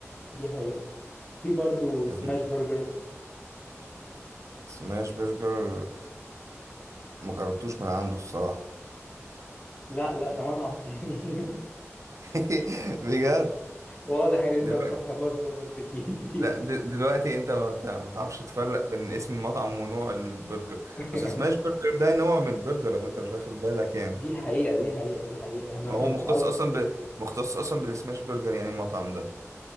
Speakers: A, on the left; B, on the right.
A: دي حقيقه في برضو
B: مهم.
A: سماش برجر
B: سماش برجر مجربتوش من عنده الصراحة
A: لا لا ده مطعم تاني <laughs>
B: <laughs> بجد
A: واضح ان انت
B: دلوقتي
A: بتروح برجر كتير كتير
B: لا د- دلوقتي انت ما تع- ما تعرفش تفرق بين اسم المطعم ونوع البرجر
A: <laughs>
B: بس سماش برجر ده نوع من البرجر لو انت مش واخد بالك يعني
A: دي حقيقة دي حقيقة دي حقيقة انا
B: فهو مختص
A: <laughs> كان قصدي
B: اصلا ب... مختص اصلا بالسماش برجر يعني المطعم ده